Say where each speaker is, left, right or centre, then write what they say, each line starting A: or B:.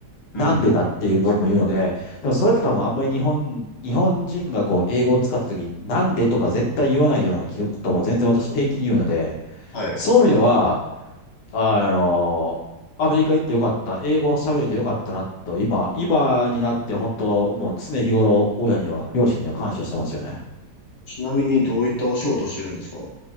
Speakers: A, on the left; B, on the left.
A: うん、
B: なんでだっていう部分も言うので、
A: うん、うん。
B: でもそれって多分あんまり日本、日本人がこう英語を使った時になんでとか絶対言わないようなことも全然私平気に言うので、
A: はい。
B: そういう意味では、あの、アメリカ行ってよかった。英語を喋れてよかったなと、今、今になって本当、もう常日頃、親には、両親には感謝してますよね。
A: ちなみにどういったお仕事してるんですか